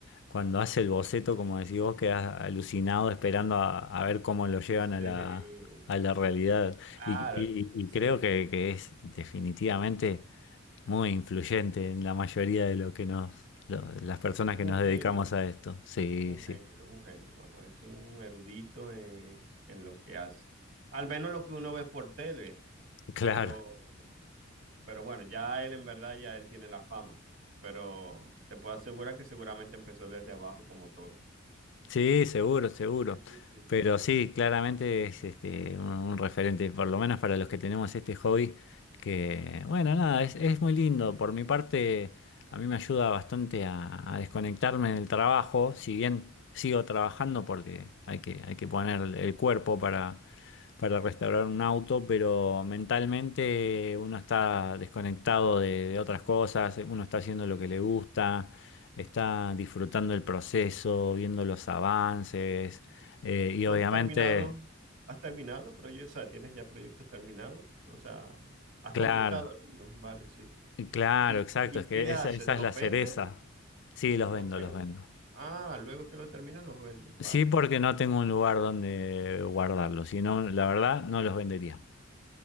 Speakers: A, on the left; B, on the right.
A: cuando hace el boceto, como decís vos, quedás alucinado esperando a, a ver cómo lo llevan
B: Sí,
A: a la, a
B: sí.
A: la realidad.
B: Claro,
A: Y, y- y
B: sí.
A: creo que, que es definitivamente muy influyente en la mayoría de lo que nos, lo- las personas
B: Es
A: que
B: un
A: nos
B: genio,
A: dedicamos a esto. Sí,
B: es un
A: sí,
B: genio, es un genio, es un genio, vamos, es un erudito en, en lo que hace. Al menos lo que uno ve por tele,
A: <laughs> claro.
B: pero, pero bueno, ya él en verdad, ya él tiene la fama, pero te puedo asegurar que seguramente empezó desde abajo como todos.
A: Sí, seguro, seguro.
B: Sí, sí, sí, sí,
A: Pero
B: sí.
A: sí,
B: sí.
A: claramente es este, un, un referente, por lo menos para los que tenemos este hobby, que bueno, nada, es, es muy lindo. Por mi parte, a mí me ayuda bastante a, a desconectarme en el trabajo, si bien sigo trabajando porque hay que, hay que poner el cuerpo para, para restaurar un auto, pero mentalmente uno está desconectado de, de otras cosas, uno está haciendo lo que le gusta está disfrutando el proceso, viendo los avances, eh, y
B: ¿Tú
A: obviamente,
B: has terminado, has terminado proyectos, o sea, tienes ya proyectos terminados? O sea, has
A: claro,
B: completado algunos, vale, sí.
A: claro,
B: ¿Y,
A: exacto,
B: y
A: es que
B: qué haces?
A: esa, esa
B: ¿Los
A: es la cereza.
B: vendes
A: Sí, los
B: ¿Los
A: vendo,
B: ven?
A: los vendo.
B: Ah, luego que lo terminan los venden. Vale,
A: Sí, porque
B: vale.
A: no tengo un lugar donde guardarlos, si no, la verdad, no los vendería.